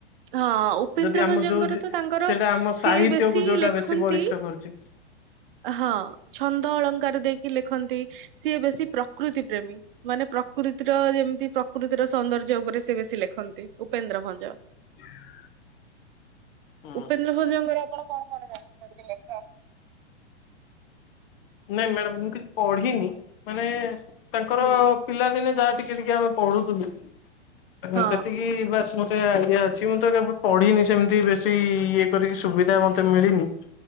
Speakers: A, on the right; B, on the left.
A: ହଁ ଉପେନ୍ଦ୍ର
B: ଯଦି ଆମ
A: ଭଞ୍ଜଙ୍କର
B: ଯୋଉ
A: ତ ତାଙ୍କର
B: ସେଇଟା ଆମ
A: ସିଏ
B: ସାହିତ୍ୟକୁ
A: ବେଶୀ
B: ଯୋଉଟା
A: ଲେଖନ୍ତି।
B: ବେଶୀ ବଳିଷ୍ଠ କରୁଛି।
A: ଆ ହଁ ଛନ୍ଦ ଅଳଙ୍କାର ଦେଇକି ଲେଖନ୍ତି। ସିଏ ବେଶୀ ପ୍ରକୃତି ପ୍ରେମୀ। ମାନେ ପ୍ରକୃତିର ଯେମତି ପ୍ରକୃତିର ସୌନ୍ଦର୍ଯ୍ୟ ଉପରେ ସେ ବେଶୀ ଲେଖନ୍ତି ଉପେନ୍ଦ୍ର ଭଞ୍ଜ।
B: <inaudible> ହଁ।
A: ଉପେନ୍ଦ୍ର ଭଞ୍ଜଙ୍କର ଆପଣ କଣ କଣ ଜାଣିଛନ୍ତି ଲେଖା?
B: ନାଇଁ ମ୍ୟାଡାମ ମୁଁ କିଛି ପଢିନି ମାନେ ତାଙ୍କର
A: ହୁଁ।
B: ପିଲାଦିନେ ଯାହା ଟିକେ ଟିକେ ଆମେ ପଢୁୁଥିଲୁ
A: ହଁ
B: ସେତିକି ବା ମୋତେ ଏରିଆ ଅଛି ମୁଁ ତ କେବେ ପଢିନି ସେମିତି ବେଶୀ ଇଏ କରିକି ସୁବିଧା ମତେ ମିଳିନି।